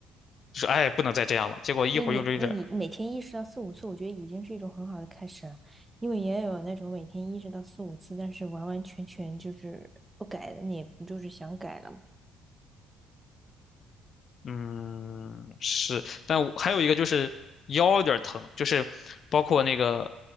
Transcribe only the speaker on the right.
那你那你每天意识到四五次，我觉得已经是一种很好的开始了，因为也有那种每天意识到四五次，但是完完全全就是不改的，你也不就是想改了吗？